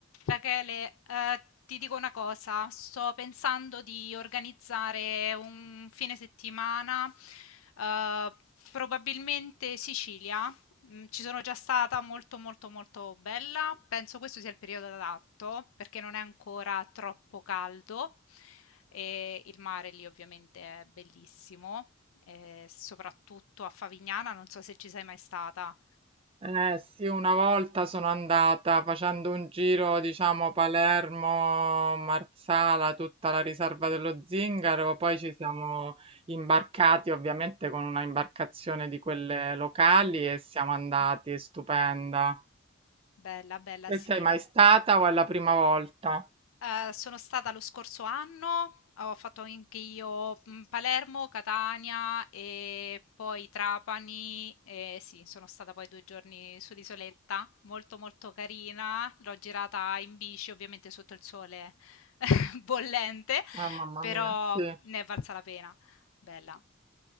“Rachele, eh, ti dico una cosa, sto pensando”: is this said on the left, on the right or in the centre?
Left